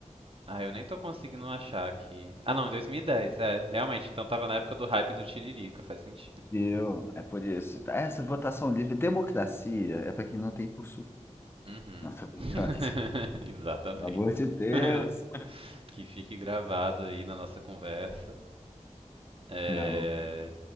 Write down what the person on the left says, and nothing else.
Deu. É por isso. Tá, Essa votação livre, democracia, é para quem não tem por sul.
Não, tô brincando.
<laughs>
Pelo amor de Deus.
Não.